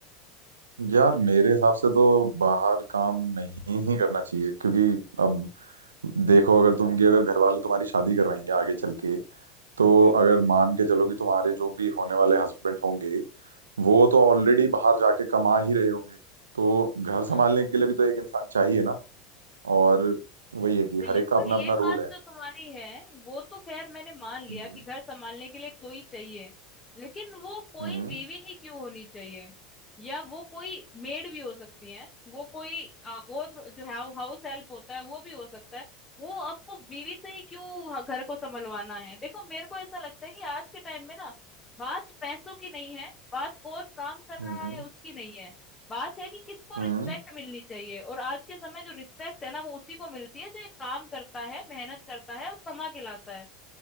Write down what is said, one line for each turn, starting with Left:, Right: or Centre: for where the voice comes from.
Right: यार मेरे हिसाब से तो बाहर काम नहीं ही करना चाहिए क्योंकि अब देखो अगर तुम कि अगर घर वाले तुम्हारी शादी करवाएंगे आगे चल के तो
Left: हम्म,
Right: अगर मान के चलो कि तुम्हारे जो भी होने वाले हस्बैंड होंगे वो तो ऑलरेडी बाहर जाके कमा ही रहे होंगे तो घर संभालने
Left: हाँ
Right: के लिए भी तो एक इंसान चाहिए ना और वही है कि
Left: बिल्कुल
Right: हर एक का अपना
Left: ये
Right: अपना
Left: बात
Right: रोल है
Left: जो तुम्हारी है वो तो खैर मैंने मान लिया
Right: हम्म
Left: कि घर संभालने के लिए कोई चाहिए लेकिन वो कोई
Right: हम्म
Left: बीवी ही क्यों होनी चाहिए या वो कोई मेड भी हो सकती है वो कोई अ, और जो है हाउस हेल्प होता है वो भी हो सकता है वो आपको बीवी से ही क्यों घर को संभलवाना है देखो मेरे को ऐसा लगता है कि आज के टाइम में ना बात पैसों की नहीं है बात कौन काम कर
Right: हम्म
Left: रहा है उसकी नहीं है बात है कि किसको
Right: हम्म।
Left: रिस्पेक्ट मिलनी चाहिए और आज के समय जो रिस्पेक्ट है ना वो उसी को मिलती है जो एक काम करता है मेहनत करता है और कमा के लाता है